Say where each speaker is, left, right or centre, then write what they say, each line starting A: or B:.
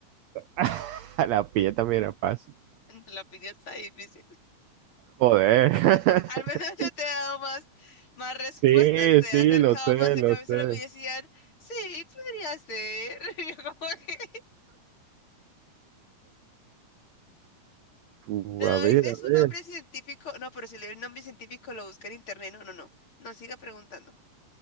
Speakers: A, on the right; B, on the left.
A: <laughs> La pilla también era fácil.
B: No, La piña está difícil.
A: Joder. <laughs>
B: Al menos yo te he dado más, más respuestas,
A: Sí,
B: te he
A: sí,
B: acercado
A: lo sé,
B: más. En
A: lo
B: cambio,
A: sé.
B: solo me decían, sí, podría ser. <laughs> Y yo como que
A: Uh,
B: No,
A: a ver,
B: es, es
A: a ver,
B: un nombre científico. No, pero si le doy el nombre científico lo busca en internet. No, no, no. No siga preguntando.